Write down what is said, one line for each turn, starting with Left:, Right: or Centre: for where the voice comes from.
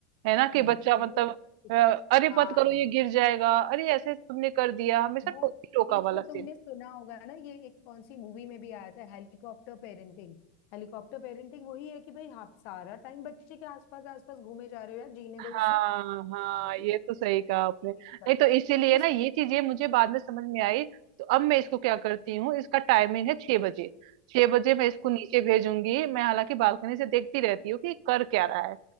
Right: है ना कि
Left: वही
Right: बच्चा
Left: तो
Right: मतलब अ, अरे
Left: हाँ
Right: मत करो ये गिर जाएगा अरे ऐसे तुमने कर दिया हमेशा
Left: वो
Right: टोकी टोका
Left: बीच
Right: वाला
Left: में
Right: सीन
Left: तुमने सुना होगा ना ये एक कौन सी मूवी में भी आया था हेलीकॉप्टर पेरेंटिंग हेलीकॉप्टर पेरेंटिंग वही है कि भाई आप सारा टाइम बच्चे के आसपास आसपास घूमे जा रहे हो यार जीने दो
Right: हाँ
Left: उसे
Right: हाँ
Left: नहीं,
Right: ये तो सही कहा
Left: तो
Right: आपने नहीं
Left: ये बात-
Right: तो इसीलिए
Left: उस
Right: ना ये चीजें मुझे बाद में समझ में आई तो अब मैं इसको क्या करती हूँ इसका टाइमिंग है छह बजे छह बजे मैं इसको नीचे भेजूंगी मैं हालांकि बालकनी से देखती रहती हूँ कि कर क्या रहा है